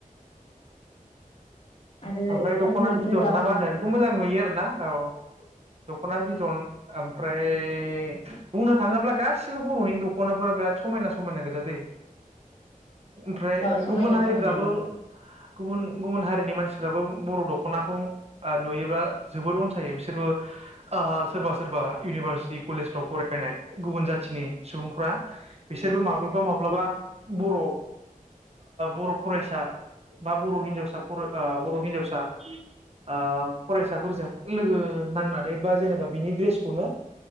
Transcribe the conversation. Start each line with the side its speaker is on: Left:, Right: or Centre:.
Left: आरो
Right: ओमफ्राय दख'नाथ
Left: जोंनि
Right: बिदन
Left: गोजाम
Right: ना मा होनो बेखौ मोजां नुयो आरो? ना औ दखनाार बिदन ओमफ्राय बुंनो थाङोब्ला गासिबो बर'नि दख'नाफोरा बिराद समायना समायनागोजा दे। ओमफ्राय
Left: औ समायना
Right: गुबुन हारिफ्राबो
Left: समायना गोजा
Right: गुबुन गुबुन हारिनि मानसिफ्राबो बर' दख'नाखौ ओ नुयोब्ला जोबोद अनसायो बिसोरबो ओ सोरबा सोरबा इउनिभारसिटि कलेजफ्राव फरायनाय गुबुन जाथिनि सुबुंफ्रा बिसोरबो माब्लाबा माब्लाबा बर' ओ बर' फरायसा बा बर' हिन्जावसा फराय ओ बर' हिनजावसा ओ फरायसाफोरजों लोगो नांनानै बा जेनेबा बिनि ड्रेसखौनो